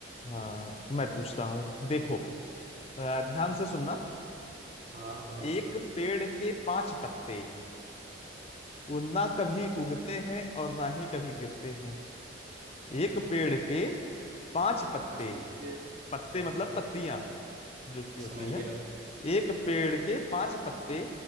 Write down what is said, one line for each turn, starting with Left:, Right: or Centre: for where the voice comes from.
Left: हाँ मैं पूछता हूँ देखो अ, ध्यान से सुनना
Right: हाँ हाँ
Left: एक पेड़ के पांच पत्ते वो ना कभी उगते हैं और ना ही कभी गिरते हैं एक पेड़ के पांच पत्ते
Right: पांच पत्ते
Left: पत्ते
Right: हाँ,
Left: मतलब पत्तियां जो उसकी होती
Right: समझ
Left: है
Right: गया
Left: एक पेड़ के पांच पत्ते